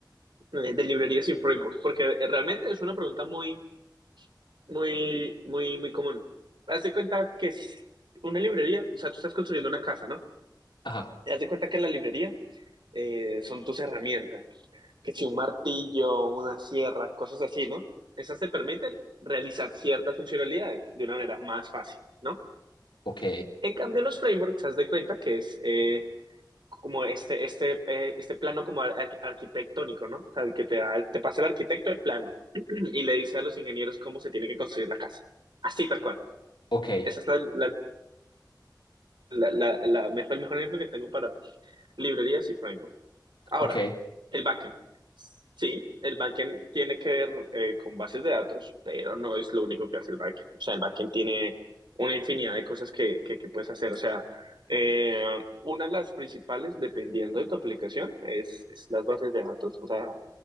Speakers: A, on the right; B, on the left.
A: eh, de librerías sin framework, porque eh, realmente es una pregunta muy, muy, muy, muy común. Haz de cuenta que es una librería, o sea, tú estás construyendo una casa, ¿no?
B: Ajá,
A: Y haz de cuenta que la librería eh, son tus herramientas, que si un martillo, una sierra, cosas así, ¿no? Esas te permiten realizar ciertas funcionalidades de una manera más fácil, ¿no?
B: ok,
A: En cambio, los frameworks, haz de cuenta que es eh, como este, este, eh, este plano como ar- ar- arquitectónico, ¿no? O sea, el que te da, te pasa el arquitecto el plano <clears throat> y le dice a los ingenieros cómo se tiene que construir la casa. Así, tal cual.
B: ok,
A: Esa es la, la- la- la- la mejor, el mejor ejemplo que tengo para librerías y framework. Ahora,
B: ok.
A: el backend. Sí, el backend tiene que ver eh, con bases de datos, pero no es lo único que hace el backend. O sea, el backend tiene una infinidad de cosas que, que, que puedes hacer. O sea, eh, una de las principales, dependiendo de tu aplicación, es, es las bases de datos. O sea,